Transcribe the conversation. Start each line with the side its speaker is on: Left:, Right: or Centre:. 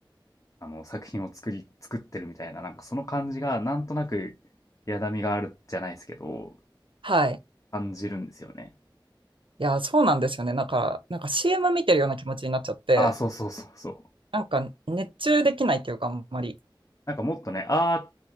Left: あの、作品を作り、作ってるみたいな、なんかその感じが、なんとなく、やだみがあるじゃないですけど、
Right: はい。
Left: 感じるんですよね。
Right: いや、そうなんですよね。だから、なんか CM 見てるような気持ちになっちゃって、
Left: ああ、そうそうそうそう。
Right: なんか熱中できないっていうか、あんまり。
Left: なんかもっとね、アー